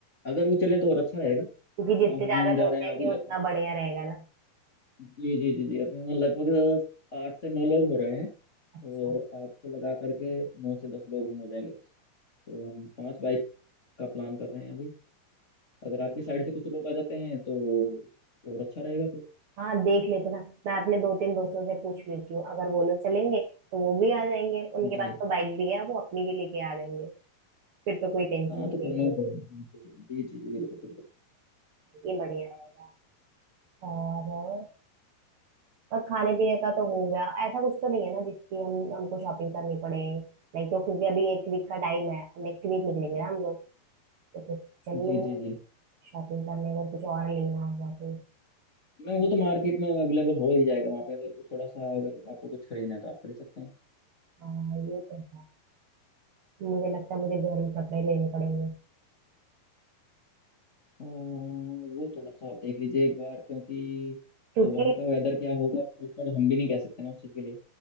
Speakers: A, on the left (about 45°); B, on the right (about 75°).
A: अगर वो चलें तो और अच्छा रहेगा
B: क्योंकि
A: अ,
B: जितने ज्यादा
A: हम जा
B: लोग
A: रहे हैं
B: रहेंगे
A: अभी लगभग
B: उतना बढ़िया रहेगा ना
A: जी जी जी जी अभी हम लगभग आठ से नौ लोग हो रहे हैं
B: अच्छा
A: और आपको लगा करके नौ से दस लोग हम हो जाएंगे तो हम पांच बाइक का प्लान कर रहे हैं अभी अगर आपकी साइड से कुछ लोग आ जाते हैं तो और अच्छा रहेगा फिर
B: हाँ देख लेते ना मैं अपने दो तीन दोस्तों से पूछ लेती हूँ अगर वो लोग चलेंगे तो वो भी आ जाएंगे उनके
A: जी
B: पास तो बाइक भी है वो अपनी भी लेके आ जाएंगे फिर तो कोई टेंशन
A: हाँ
B: नहीं
A: तो
B: रहेगी
A: नो प्रॉब्लम जी जी जी बिल्कुल बिल्कुल
B: ये बढ़िया रहेगा और और खाने पीने का तो हो गया ऐसा कुछ तो नहीं है ना जिसकी हम हमको शॉपिंग करनी पड़े लाइक तो क्योंकि अभी एक वीक का टाइम है नेक्स्ट वीक निकलेंगे ना हम लोग तो फिर चल
A: जी
B: लेंगे
A: जी जी
B: शॉपिंग करने अगर कुछ और लेना हुआ तो
A: मैं वो तो मार्केट में अवेलेबल हो ही जाएगा वहाँ पे अगर वो थोड़ा सा अगर आपको कुछ खरीदना है तो आप खरीद सकते हैं
B: हाँ ये तो है मुझे लगता है मुझे गर्म कपड़े लेने पड़ेंगे
A: अ, वो थोड़ा सा आप देख लीजिए एक बार क्योंकि
B: क्योंकि
A: वहाँ का वेदर क्या होगा प्रॉपर हम भी नहीं कह सकते ना उस चीज़ के लिए